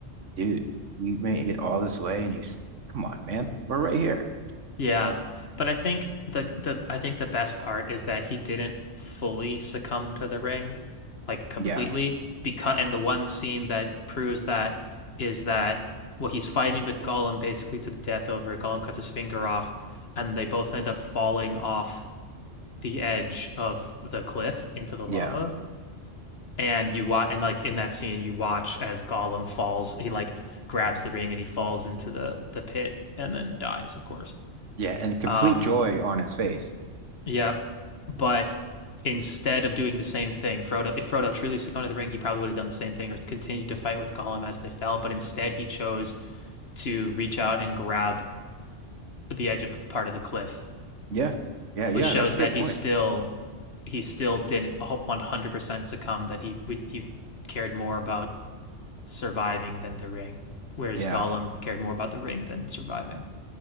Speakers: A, on the right (about 75°); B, on the left (about 55°).
A: dude, we made it all this way, and you, s- come on, man, we're right here.
B: Yeah, but I think the the I think the best part is that he didn't fully succumb to the ring, like completely.
A: Yeah.
B: Because and the one scene that proves that is that well he's fighting with Gollum basically to the death over. Gollum cuts his finger off, and then they both end up falling off the edge of the cliff into the
A: Yeah.
B: lava. And you watch, and like in that scene, you watch as Gollum falls. He like grabs the ring and he falls into the the pit and then dies, of course.
A: Yeah, and complete
B: Um,
A: joy on his face.
B: yeah, but instead of doing the same thing, Frodo, if Frodo truly succumbed to the ring, he probably would have done the same thing or continued to fight with Gollum as they fell. But instead, he chose to reach out and grab the edge of the part of the cliff,
A: Yeah. Yeah, yeah,
B: which shows
A: that's a
B: that
A: good
B: he
A: point.
B: still he still didn't 100% succumb that he he cared more about surviving than the ring whereas
A: Yeah.
B: Gollum cared more about the ring than surviving